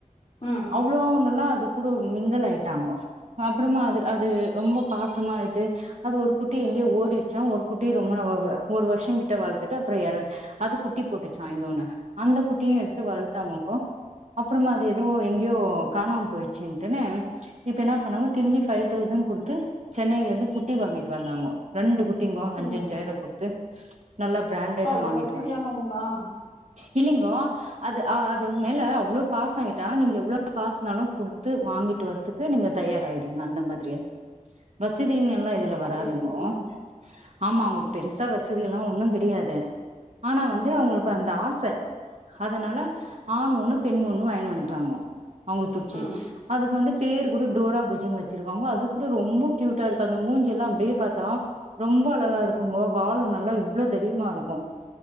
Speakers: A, on the left (about 50°); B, on the right (about 55°).
A: ம்
B: அவ்ளோவ் நல்லா அது கூட மிங்கலலாயிட்டாங்கோ அப்புறமா அது அது ரொம்ப பாசமா ஆயிட்டு அது ஒரு குட்டி எங்கயோ ஓடிடுச்சா ஒரு குட்டி ரொம்ப ந வ வ ஒரு வருஷம் கிட்ட வளத்தட்டு அப்புறோ எல அது குட்டி போட்டிச்சா யின்னொன்னு அந்த குட்டியு யெடுத்து வளத்தாங்கங்கோபோ அப்புறமா அது யெதோ யெங்கேயோ காணாம போயிச்சுட்டுன்னு யிப்ப யென்ன பண்ணாங்க திரும்பி பைவ் தௌசண்ட் குடுத்து சென்னையிலருந்து குட் டி வாங்கிட்டு வந்தாங்கோ ரெண்டு குட்டிங்கோ அஞ்சஞ்சாயிரம்
A: ம்
B: குடுத்து நல்லா பிராண்டடா
A: எப்பா அவ்ளோ
B: வாங்கிட்டுவன்
A: வசதியானவங்களா
B: யில்லிங்கோ அது அது மேல அவ்ளோ பாச ஆயிட்ட நீங்க எவ்ளோ காசனாலு குடுத்து வாங்கிட்டு வருது துக்கு நீங்க தயாராயிடுங்க அந்த மாதிரி வசதின்னுயெல்லா யிதுல
A: அப்டி
B: வராதுங்கோ
A: சொல்லுங்க
B: ஆமா அவுங்க பெருசா வசதியெல்லா
A: ம்
B: ஒண்ணு கெடயாது ஆனா வந்து அவங்களுக்கு
A: ம்
B: அந்த ஆசை அதனால ஆண் ஒண்ணு பெண் ஒண்ணு வாங்கினுவந்துட்டாங்கோ அவங்களுக்கு பிடிச்சி
A: ம்
B: அதுக்கு வந்து பேரு கூட டோரா புஜின்னு வச்சிருக்காங்க அது கூட ரொம்ப கியூட்டாருக்கு அந்த மூஞ்செல்லா அப்டியே பாத்தா ரொம்ப அழகாருக்குங்கோ வாலு நல்லா யிவ்வளோவ் தடிமாருக்கு